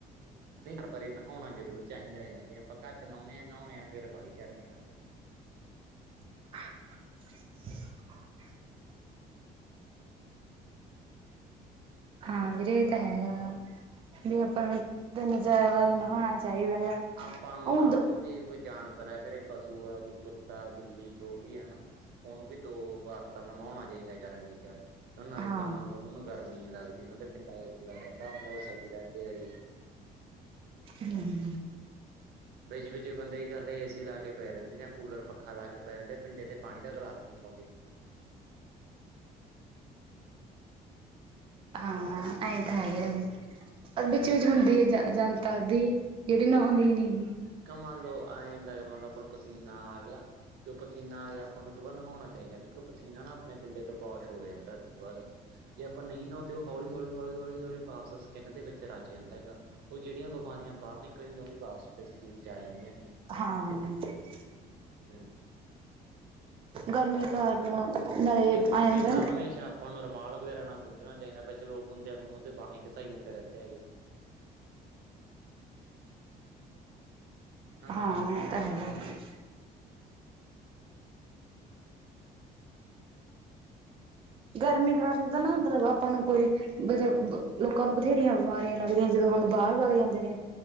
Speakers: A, on the right; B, on the right.
A: ਨਹੀਂ ਪਰ ਇਹ ਨਹਾਉਣਾ ਜਰੂਰ ਚਾਹੀਦਾ ਹੈਗਾ ਜੇ ਆਪਾਂ ਘੱਟ ਨਹਾਉਣੇ ਆਂ, ਨਹਾਉਣੇ ਆ ਫਿਰ ਬਾਲੀ ਗਰਮੀ ਲੱਗ
B: <inaudible> ਹਾਂ ਵੀਰੇ ਇਹ ਤਾਂ ਹੈਗਾ ਗਾ, ਵੀ
A: ਹੂੰ
B: ਆਪਾਂ ਨੂੰ ਵੀ ਤਿੰਨ ਚਾਰ ਵਾਰੀ ਨਹਾਉਣਾ ਚਾਹੀਦਾ ਐ ਗਾ।
A: ਆਪਾਂ ਨੂੰ
B: ਉਹ
A: ਆਪ ਨੂੰ ਵੀ ਕੋਈ ਜਾਨਵਰ ਐ ਘਰੇ ਪਸ਼ੂ ਐ ਕੋਈ ਕੁੱਤਾ, ਬਿੱਲੀ ਜੋ ਵੀ ਐ ਹਨਾ। ਉਹਨੂੰ ਵੀ ਦੋ ਬਾਰ ਤਾਂ ਨਵਾਉਣਾ ਚਾਹੀਦਾ ਏ, ਗਰਮੀ ਚ। ਤੇ ਉਹਨਾਂ
B: ਹਾਂ
A: ਲਈ ਤੇ ਮੰਨ ਲਓ ਉਹਨਾਂ ਨੂੰ ਗਰਮੀ ਨੀ ਲੱਗਦੀ ਉਹਨਾਂ ਦੇ ਪਿੰਡਾਂ ਜਿਹਾ ਗਿੱਲਾ ਰਹਿੰਦਾ ਨਾਲੇ ਸਹੀ ਰਹਿੰਦੇ ਐ ਗੇ।
B: ਹੂੰ-ਹੂੰ,
A: ਵਿੱਚ-ਵਿਚ ਬੰਦੇ ਕਿ ਕਰਦੇ ਐ ਏ ਸੀ ਲਾ ਕੇ ਪਏ ਰਹਿੰਦੇ ਜਾਂ ਕੂਲਰ ਪੱਖਾ ਲਾ ਕੇ ਪਏ ਰਹਿੰਦੇ ਪਿੰਡੇ ਤੇ ਪਾਣੀ ਦਾ ਗਿਲਾਸ ਵੀ ਨੀ ਪਾਉਦੇ।
B: ਹਾਂ ਐਂ ਤਾਂ ਹੈਗਾ ਏ ਅ ਵਿੱਚ-ਵਿੱਚ
A: ਹਮ
B: ਹੁੰਦੀ ਐ ਜ ਜਨਤਾ ਅੱਧੀ ਜਿਹੜੀ ਨਹਾਉਂਦੀ ਨੀ ਗੀ।
A: ਕਿ ਮੰਨ ਲਓ ਐਂ ਹੁੰਦਾ ਕਿ ਮੰਨ ਲਓ ਆਪਾਂ ਨੂੰ ਪਸੀਨਾ ਆ ਗਿਆ। ਜਦੋ ਪਸੀਨਾ ਆ ਗਿਆ ਆਪਾਂ ਨੂੰ ਓਹਤੋ ਬਾਦ ਨਹਾਉਣਾ ਚਾਹੀਦਾ ਕਿਉਂਕਿ ਉਹ ਪਸੀਨਾਂ ਨਾ ਆਪਣੇ ਪਿੰਡੇ ਤੋ ਵੋਸ਼ ਹੋ ਜਾਂਦਾ। ਦੂਬਾਰਾ, ਜੇ ਆਪਾਂ ਨਹੀਂ ਨਹਾਉਂਦੇ ਉਹ ਹੌਲੀ-ਹੌਲੀ-ਹੌਲੀ-ਹੌਲੀ-ਹੌਲੀ ਵਾਪਸ ਸਕਿੰਨ ਦੇ ਵਿੱਚ ਰਜ ਜਾਂਦਾ ਐ ਗਾ। ਉਹ ਜਿਹੜੀਆਂ ਬਿਮਾਰੀਆਂ ਬਾਹਰ ਨਿਕਲਨੀ ਹੁੰਦੀਆਂ, ਉਹ ਵੀ ਵਾਪਸ ਫਿਰ ਸ਼ਰੀਰ ਚ ਆ ਜਾਂਦੀਆਂ ਹੈਗੀਆਂ।
B: ਹਾਂ,
A: ਹੂੰ,
B: ਗਰਮੀ ਕਾਰਨ, ਨਾਲ਼ੇ
A: ਇੱਕ ਪਸੀਨਾ
B: ਐ ਹੁੰਦਾ ਨਾ।
A: ਹਮੇਸ਼ਾ ਆਪਾਂ ਨੂੰ ਰੁਮਾਲ ਵਗੈਰਾ ਨਾਲ ਪੂਜਣਾ ਚਾਹੀਦਾ ਵਿੱਚ ਲੋਕ ਹੁੰਦੇ ਮੂੰਹ ਤੇ ਬਾਹਾਂ ਘਸਾਈ ਜਾਂਦੇ ਰਹਿੰਦੇ ਰੇ ਗੇ। ਹਨਾ
B: ਹਾਂ, ਇਹ ਤਾਂ ਹੈਗਾ ਐ। ਗਰਮੀ ਕਾਰਨ ਤਾਂ ਨਾ ਮਤਲਬ ਆਪਾਂ ਨੂੰ ਕੋਈ ਮਤਲਬ, ਲੋਕਾਂ ਨੂੰ ਬਥੇਰੀਆਂ ਬਿਮਾਰੀਆਂ ਲੱਗਦੀਆਂ ਜਦੋਂ ਹੁਣ ਬਾਹਰ ਵਗ ਜਾਂਦੇ ਨੇ।